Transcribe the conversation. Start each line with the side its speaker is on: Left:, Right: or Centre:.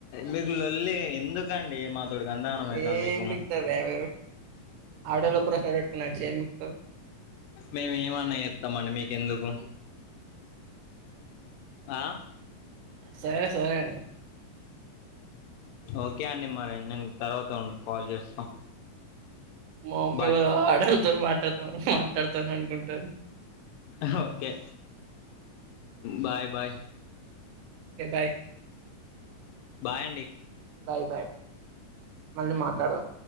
Left: మీరూ లొల్లి ఎందుకంటె రే మాతోటి అంతగానం అయితంద
Right: ఏం
Left: మీకు
Right: బికుతారురా మీరు ఆడోళ్ళ ప్రొఫైల్ పెట్టుకుని వచ్చి ఏం బికుతావ్
Left: మేము ఏమన్నా చేస్తామండి మీకెందుకు ఆ
Right: సరే సరే అండి
Left: ఓకే అండి మరి నేను తర్వాత కాల్ చేస్తా
Right: మా మామ్మీ
Left: బాయ్
Right: వాల్ల ఆడొల్ల తోను మాట్లాడుతాం మాట్లాడుతాను అనుకుంటది
Left: హ్ okay bye bye
Right: bye
Left: bye అండి
Right: బయ్ బయ్ మళ్ళీ మాట్లాడదాం